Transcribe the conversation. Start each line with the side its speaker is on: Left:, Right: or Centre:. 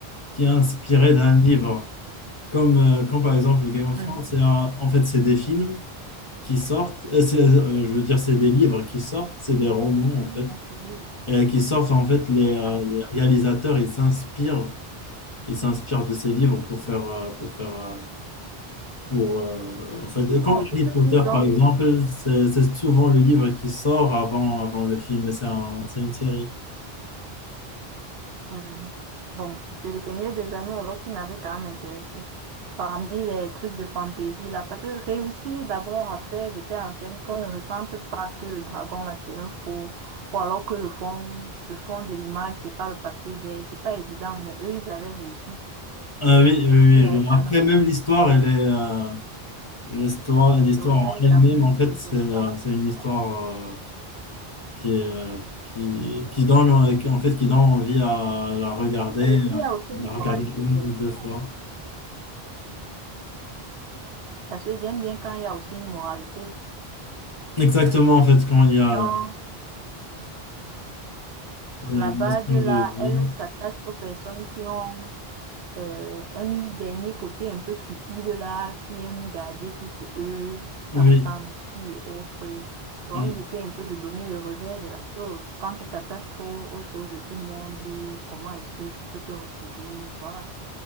Left: qui est inspirée d'un livre. Comme, euh, comme par exemple Game of
Right: Mhm.
Left: Thrones, c'est un- en fait, c'est des films qui sortent. euh, c'est- euh, je veux dire, c'est des livres qui sortent, c'est des
Right: Des
Left: romans,
Right: séries
Left: en fait,
Right: inspirées. du-
Left: euh, qui sortent. En fait, les, euh,
Right: Ah.
Left: les réalisateurs, ils s'inspirent il s'inspire de ses livres pour faire, euh, pour faire, euh, pour, euh, en fait,
Right: Bon,
Left: comme
Right: je
Left: Harry
Right: peux
Left: Potter,
Right: dire donc
Left: par exemple,
Right: que c'est
Left: c'est c'est souvent le livre qui sort avant, avant le film, mais c'est un- c'est une série.
Right: Mhm. Bon, c'est le Seigneur des Anneaux alors qui m'avait quand même intéressé. Parmi les trucs de fantaisie là, parce que réussir d'abord à faire de telles scène qu'on ne ressente pas que le dragon là c'est un faux, ou alors que le fond, le fond de l'image c'est pas le papier vert, c'est pas évident, mais eux ils avaient réussi,
Left: Ah oui, oui,
Right: ils
Left: oui,
Right: avaient
Left: je-
Right: quand
Left: Après,
Right: même réussi.
Left: même l'histoire, elle est, euh, L'histoire, l'histoire
Right: Oui,
Left: en
Right: elle est
Left: elle-même,
Right: quand même
Left: en fait,
Right: intéressante.
Left: c'est euh, c'est une histoire
Right: Bon.
Left: euh, qui, est, euh, qui, qui donne, euh, qui- en fait, qui donne envie à la regarder,
Right: Et il
Left: à
Right: y a aussi
Left: la
Right: une moralité
Left: regarder une
Right: derrière.
Left: ou deux fois.
Right: Parce que j'aime bien quand il y a aussi une moralité.
Left: Exactement, en fait, quand il y a,
Right: Genre,
Left: quand il
Right: la
Left: y a une
Right: bague
Left: notion
Right: là,
Left: de vie.
Right: elle s'attache aux personnes qui ont euh, un dernier côté un peu cupide là, qui aime garder tout pour eux,
Left: Oui,
Right: à s'enrichir et autres. Bon,
Left: oui.
Right: ils essaient un peu de donner le revers de la chose. Quand tu t'attaches trop aux choses de ce monde, euh, comment est-ce que tu peux te retrouver? Voilà.